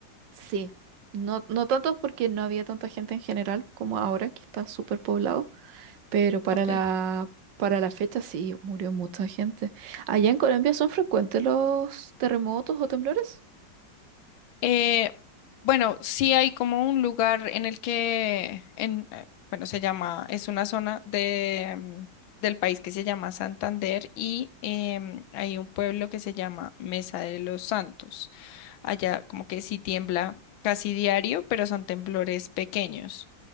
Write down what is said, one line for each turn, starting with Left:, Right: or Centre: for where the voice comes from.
Right: sí. No, no tanto porque no había tanta gente en general como ahora, que está súper poblado, pero para
Left: Ok.
Right: la, para la fecha sí, murió mucha gente. ¿Allá en Colombia son frecuentes los terremotos o temblores?
Left: Eh, bueno, sí hay como un lugar en el que, en, eh, bueno, se llama, es una zona de, mm, del país que se llama Santander y em, hay un pueblo que se llama Mesa de los Santos. Allá como que sí tiembla casi diario, pero son temblores pequeños.